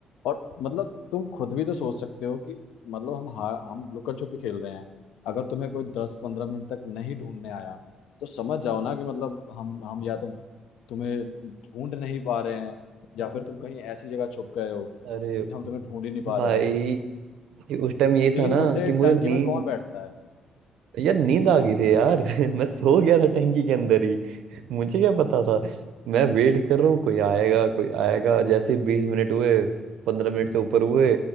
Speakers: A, on the left; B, on the right.
A: और मतलब तुम खुद भी तो सोच सकते हो कि मतलब हम हार हम लुकन छुपी खेल रहे हैं अगर तुम्हें कोई दस पंद्रह मिनट तक नहीं ढूंढने आया तो समझ जाओ ना कि मतलब हम हम या तो तुम्हें ढूंढ नहीं पा रहे हैं या फिर तुम कहीं ऐसी जगह छुप गए हो कि
B: अरे
A: हम तुम्हें ढूंढ ही नहीं पा
B: भाई
A: रहे हैं
B: उस टाइम ये
A: तीन
B: था ना
A: घंटे
B: कि मुझे
A: टंकी
B: नींद
A: में कौन बैठता है
B: यार नींद आ गई थी यार <laughs> मैं सो गया था टंकी के अंदर ही <laughs> मुझे क्या पता था मैं वेट कर रहा हूँ कोई आएगा कोई आएगा जैसे बीस मिनट हुए पंद्रह मिनट से ऊपर हुए